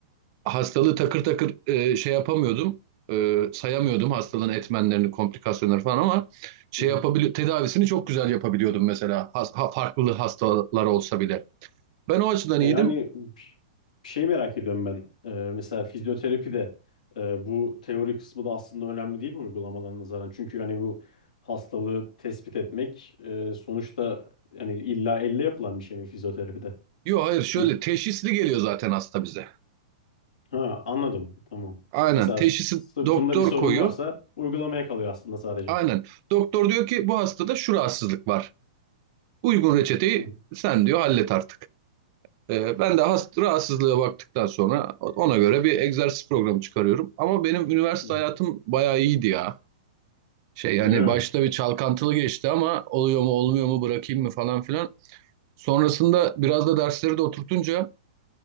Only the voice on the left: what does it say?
hı hı.
He,
Yani bir bir şey merak ediyorum ben. Ee, mesela fizyoterapi de e, bu teori kısmı da aslında önemli değil mi uygulamalarına nazaran? Çünkü hani bu hastalığı tespit etmek e, sonuçta yani illa elle yapılan bir şey mi fizyoterapide?
Yani-
ha anladım. Tamam.
Mesela
sırtında
bir sorun
varsa uygulamaya kalıyor aslında sadece.
Hı hı.
hı hı.
Öyle mi?